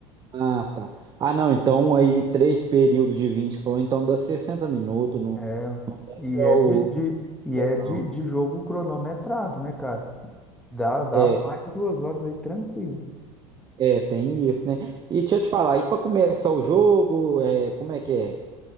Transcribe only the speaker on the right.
Ah, tá. Ah, não, então aí três períodos de 20, que você falou, então dá 60 minutos, não
igual
o-
não.
É,
é, tem isso, né? E deixa eu te falar, e pra começar o jogo, é, como é que é?